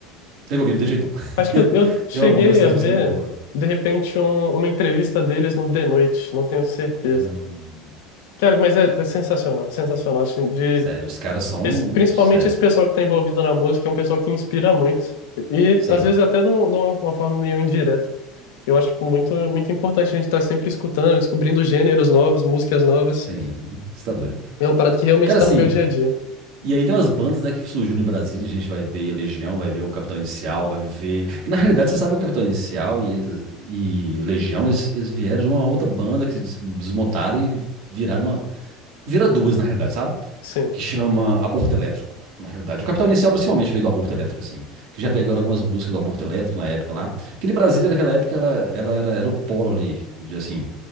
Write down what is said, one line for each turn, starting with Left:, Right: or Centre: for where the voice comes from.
Right: Tem que ouvir, não tem jeito
Left: Acho
Right: não.
Left: que eu,
Right: <laughs>
Left: eu cheguei
Right: Tem uma música,
Left: a
Right: uma
Left: ver,
Right: música muito boa.
Left: de repente, um- uma entrevista deles no The Noite, não tenho certeza.
Right: Hum,
Left: Cara, mas é, é sensacional, sensacional, assim, de,
Right: sério, os caras são.
Left: esse- principalmente
Right: Sério.
Left: esse pessoal que está envolvido na música, é um pessoal que inspira muito, e
Right: Sim.
Left: às vezes até de, um- de uma uma forma meio indireta. Eu acho, tipo, muito, muito importante a gente estar sempre escutando, descobrindo gêneros novos, músicas novas,
Right: Sim. Você tá doido.
Left: é uma parada que realmente
Right: Cara,
Left: está
Right: assim,
Left: no meu dia a dia.
Right: E aí tem umas bandas, né, que surgiu no Brasil, a gente vai ver Legião, vai ver o Capitão Inicial, vai ver... Que na realidade, você sabe que o Capitão Inicial e, eles, e Legião, eles, eles vieram de uma outra banda que se des- desmontaram e viraram uma, Vira duas, na realidade, sabe?
Left: Sim,
Right: Que chama Aborto Elétrico, na realidade. O Capital Inicial, principalmente, veio do Aborto Elétrico, assim. Que
Left: uhum.
Right: já pegaram algumas músicas do Aborto Elétrico na época lá. Porque de Brasília, naquela época, ela, ela era, era o polo ali, de, assim,